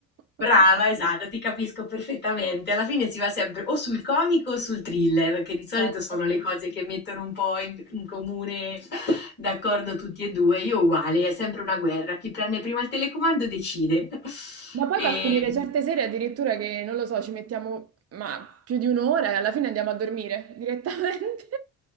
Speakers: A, on the left; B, on the right.
A: Brava,
B: <laughs>
A: esatto, ti capisco perfettamente. Alla fine si va sempre o sul comico o sul thriller, che di solito
B: Esatto.
A: sono le cose che mettono un po' in, in comune d'accordo tutti e due. Io uguale, è sempre una guerra. Chi prende prima il telecomando decide.
B: Ma poi
A: E...
B: va a finire certe
A: <laughs>
B: sere addirittura che, non lo so, ci mettiamo ma più di un'ora e alla fine andiamo a dormire direttamente,